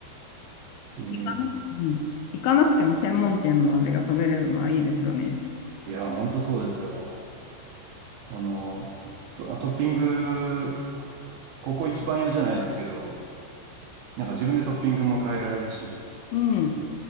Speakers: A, on the right (about 75°); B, on the left (about 80°).
A: ていうの。
B: 行かな、うん、行かなくても専門店の味が食べれるのはいいですよね。
A: いや、ほんとそうですよ。あの、ト、トッピング、ここ一番嫌じゃないですけど、なんか自分でトッピングも変えられるし、
B: うん。